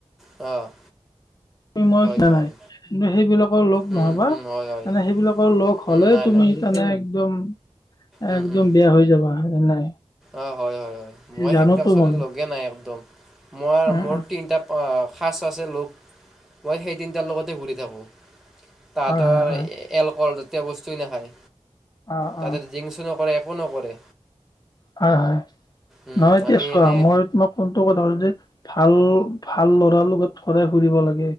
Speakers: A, in the centre; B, on the left.
A: অ',
B: য়
A: হয়
B: কি নাই
A: হয়।
B: কিন্তু সেইবিলাকৰ লগ
A: উম,
B: নহবা
A: উম,
B: <unintelligible>
A: হয়, হয়।
B: মানে সেইবিলাকৰ লগ হ'লে
A: উম, নাই,
B: তুমি
A: নাই, নাই।
B: তানে একদম
A: উম,
B: একদম
A: উম,
B: বেয়া হৈ যাবা। হয় নাই।
A: অ, হয়- হয়- হয় মই
B: জানোতো
A: সেইবিলাক আচলতে
B: মই
A: লগে নাই একদম। মই
B: উম
A: মোৰ
B: উম
A: তিনিটা সাজ আছে লোক মই সেই তিনটাৰ লগতে ঘুৰি থাকো তাহতৰ
B: হয় হয় হয়
A: এলকহল তে বস্তুৱ নাখায়
B: অ
A: তাতে
B: অ
A: জিংকচো নকৰে একো নকৰে।
B: হয় - হয়
A: উম,
B: নহয় এতিয়া
A: আমি
B: চোৱা
A: এনে
B: মই তোমাক কোনটো কথাদি ভাল - ভাল ল'ৰাৰ লগত সৰাই ফুৰিব লাগে।